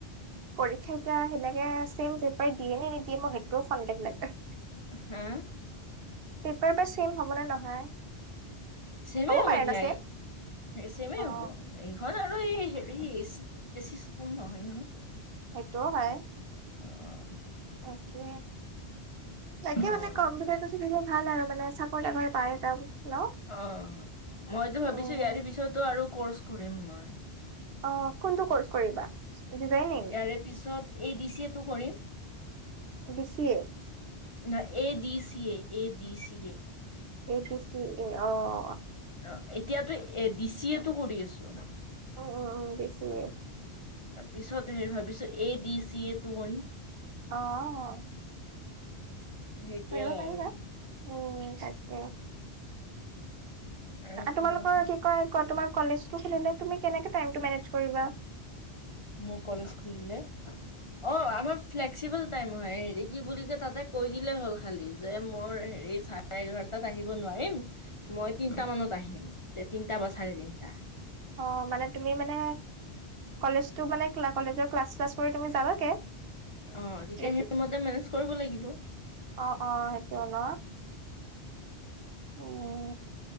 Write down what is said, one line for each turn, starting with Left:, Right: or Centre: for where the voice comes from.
Right: পৰীক্ষা এয়া সেনেকে ছেম পেপাৰ দিয়ে নে নিদিয়ে মোক সেইটোও সন্দেহ লাগে।
Left: হা?
Right: পেপাৰ বা চেম হ'বনে নহয়?
Left: চেমে
Right: পাৰে
Left: হ'ব দিয়,
Right: ন ছেম
Left: চমে হ'ব।
Right: অ
Left: এইখন আৰু এই হেৰি এচি এচি স্কুল নহয় নহয়।
Right: সেইটোও হয়।
Left: উম।
Right: তাকে, তাকে
Left: অ
Right: মানে কমটো দিলে ভাল আৰু মানে চাকৰি-ঠাকৰি পায় এ যাম। ন
Left: অ মইতো
Right: উম
Left: ভাবিছো ইয়াৰে পিছতো আৰু কৰ্চ কৰিম মই।
Right: অ কোনটো কৰ্চ কৰিবা? ডিজাইনিং?
Left: ইয়াৰে পিছত এ দি চিয়ে টো কৰিম।
Right: বেছিয়ে
Left: নহয়, A D C A, A D C A
Right: A D C A, অ'
Left: অ', এতিয়াতো এ ডি চি এটো কৰি আছোঁ।
Right: উম উম উম, বি চি এ
Left: পিছত হেৰি ভাবিছো, এই দি চি এটো কৰিম।
Right: অ',
Left: সেইটোয়ে
Right: কৰিব পাৰিবা।
Left: আৰু
Right: উম তাকে,
Left: আৰু কি
Right: তোমালোকৰ
Left: কথা
Right: কি কোৱা কোৱা, তোমাৰ কলেজটো খুলিলে তুমি কেনেকে টাইমটো মেনেজ কৰিবা?
Left: মোৰ কলেজ খুলিলে, অ' আমাৰ ফ্লেক্সিবল টাইম হয়, হেৰি কি বুলিকে তাতে কৈ দিলে হ'ল খালি, যে মোৰ হেৰি চা চাৰে এঘাৰটাত আহিব নোৱাৰিম, মই তিনিটা মানত আহিম, তে তিনিটা বা চাৰে তিনিটা।
Right: অ', মানে তুমি মানে, কলেজটো মানে কলেজৰ ক্লাছ-শ্লাছ কৰি তুমি যাবাগে?
Left: অ', তেতিয়া
Right: নেকি
Left: সেইটো মতে মেনেজ কৰিব লাগিব।
Right: অ' অ', সেইটোৱে ন, উম।